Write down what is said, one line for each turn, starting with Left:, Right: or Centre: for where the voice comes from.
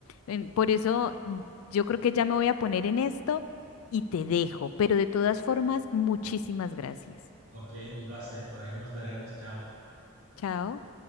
Left: En- Por eso mm, yo creo que ya me voy a poner en esto y te dejo, pero de todas formas, muchísimas gracias.
Right: Ok, un placer. Por ahí nos veremos. Chao.
Left: Chao.